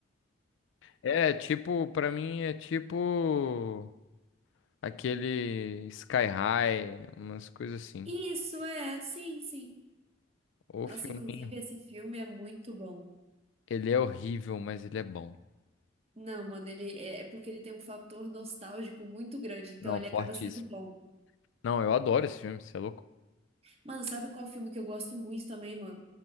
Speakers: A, on the left (about 75°); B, on the right (about 30°).
A: É, tipo, pra mim é tipo aquele Sky High, umas coisas assim.
B: Isso, é, sim, sim.
A: Ou
B: Nossa,
A: filminho
B: inclusive esse filme é muito bom.
A: Ele é horrível, mas ele é bom.
B: Não, mano, ele é é porque ele tem um fator nostálgico muito grande, então
A: Não,
B: ele
A: fortíssimo.
B: acaba sendo bom.
A: Não, eu adoro esse filme, você é louco?
B: Mano, sabe qual filme que eu gosto muito também, mano?